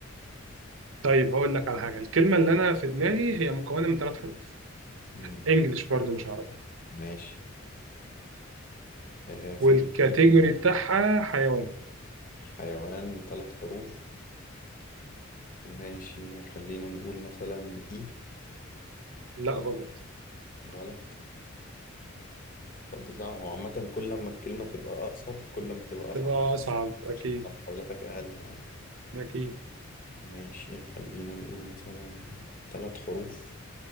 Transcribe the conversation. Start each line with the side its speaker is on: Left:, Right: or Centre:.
Right: طيب هقول لك على حاجه الكلمه اللي انا في دماغي هي مكونه من ثلاث حروف
Left: مم.
Right: انجلش برضو مش عربي
Left: ماشي آه فين
Right: والكاتيجوري
Left: الكاتيجوري بقى
Right: بتاعها حيوان
Left: حيوان ثلاث حروف ماشي خلينا نقول مثلا اي
Right: لا غلط
Left: غلط طب دي صعبة هو عامة كل ما الكلمة تبقى أقصر كل ما تبقى أصعب
Right: تبقى اصعب اكيد
Left: عشان انت محاولاتك أقل آه.
Right: اكيد
Left: ماشي خلينا نقول مثلا ثلاث حروف